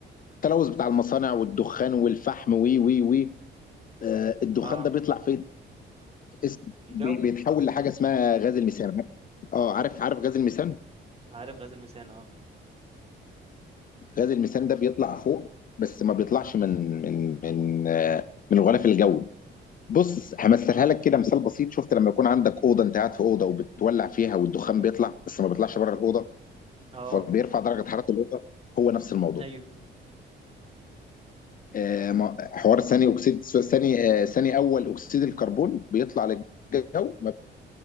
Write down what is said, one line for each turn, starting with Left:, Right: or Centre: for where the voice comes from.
Left: التلوث بتاع المصانع والدخان والفحم وي وي وي آه، الدخان
Right: اه
Left: ده بيطلع فين؟ اسم
Right: الجو
Left: بي- بيتحول لحاجه اسمها غاز الميثان عارف- اه عارف عارف غاز الميثان
Right: عارف غاز الميثان اه
Left: غاز الميثان ده بيطلع فوق بس ما بيطلعش من من من آه، من الغلاف الجوي بص همثلها لك كده مثال بسيط شفت لما يكون عندك اوضه انت قاعد في اوضه وبتولع فيها والدخان بيطلع بس ما بيطلعش بره الاوضه
Right: اه
Left: فبيرفع درجه حراره الاوضه هو نفس الموضوع
Right: ايوه
Left: آه، ما- حوار ثاني اكسيد ثاني آه، ثاني اول اكسيد الكربون بيطلع للجو